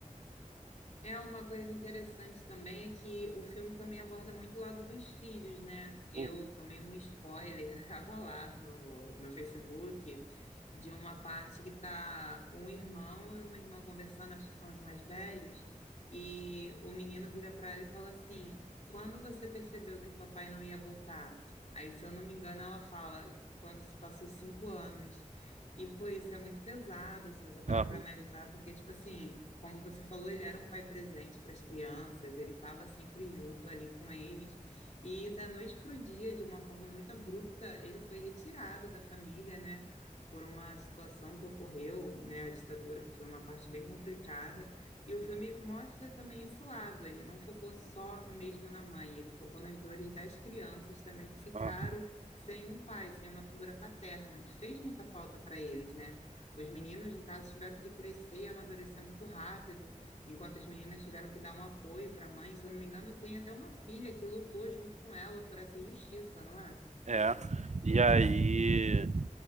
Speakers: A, on the left; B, on the right.
A: É uma coisa interessante também é que o filme também aborda muito o lado dos filhos, né? Eu
B: Uhum.
A: tomei um spoiler <laughs> cavalar no, no Facebook de uma parte que tá um irmão e uma irmã conversando, acho que são os mais velhos, e o menino vira para ela e fala assim: "Quando você percebeu que o papai não ia voltar?" Aí, se eu não me engano, ela fala: "Quando se passou cinco anos." E, pô, isso é muito pesado, se você parar
B: Ah,
A: para analisar, porque, tipo assim, como você falou, ele era um pai presente para as crianças, ele estava sempre junto ali com eles, e da noite para o dia, de uma forma muito abrupta, ele foi retirado da família, né, por uma situação que ocorreu, né, a ditadura, que foi uma parte bem complicada, e o filme mostra também esse lado, ele não focou só mesmo na mãe, ele focou nas dores das crianças também que ficaram
B: ah,
A: sem um pai, sem uma figura paterna, que fez muita falta para eles, né? Os meninos, no caso, tiveram que crescer e amadurecer muito rápido, enquanto as meninas tiveram que dar um apoio para a mãe. Se eu não me engano, tem até uma filha que lutou junto com ela por essa justiça, não é?
B: é. E aí,